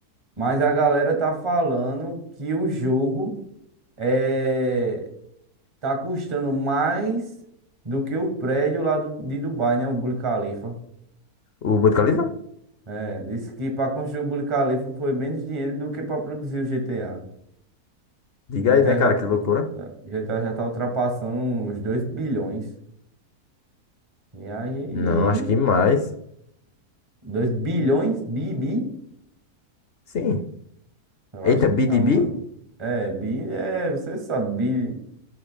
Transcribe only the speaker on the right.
mas a galera tá falando que o jogo é tá custando mais do que o prédio lá do- de Dubai, né? O Burj Khalifa.
É, disse que para construir o Burj Khalifa foi menos dinheiro do que para produzir o GTA.
O
GTA
já, é,
GTA já tá ultrapassando os 2 bilhões. E aí,
2 bilhões? Bi, bi?
Eu
acho que
não, mano. É, bi é, você sabe, bi,